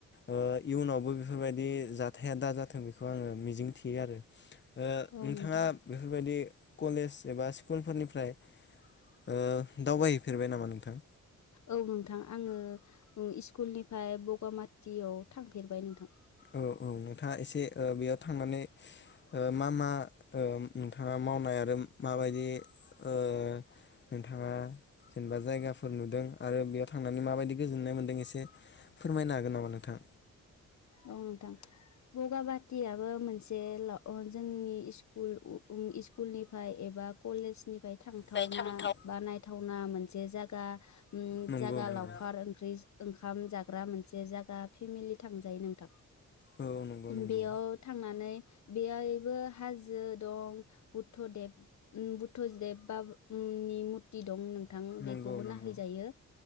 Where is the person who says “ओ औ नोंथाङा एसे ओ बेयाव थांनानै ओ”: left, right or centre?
Left